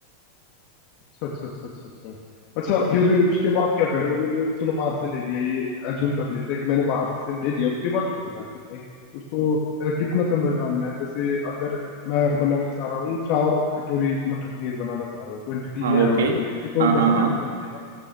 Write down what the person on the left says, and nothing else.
अच्छा अच्छा अच्छा अच्छा अच्छा अच्छा फिर उसके बाद क्या करें मतलब ये चलो बाहर से ले लिया ये अज्यूम कर लेते हैं कि मैंने बाहर से ले लिया उसके बाद क्या करना है फिर भाई उसको अ, कितना चम्मच डालना है जैसे अगर मैं बनाना चाह रहा हूँ चार कटोरी मटर पनीर बनाना चाह रहा हूँ क्वांटिटी
ये
है हमारे पनीर की तो
मसाला
कितना डलेगा